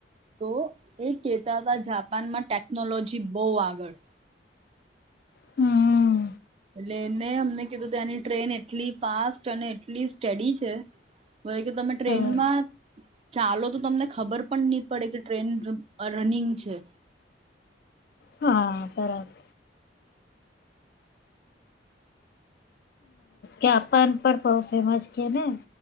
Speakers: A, on the right; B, on the left.
A: તો એ કેતા હતા જાપાનમાં ટેકનોલોજી બહુ આગળ.
B: હમ્મ.
A: એટલે એને અમને કીધું ત્યાંની ટ્રેન એટલી ફાસ્ટ અને એટલી સ્ટડી છે કે તમે ટ્રેનમાં
B: હા
A: ચાલો તો તમને ખબર પણ નહી પડે કે ટ્રેન રનિંગ છે.
B: હા બરાબર જાપાન પણ બહ ફેમસ છે ને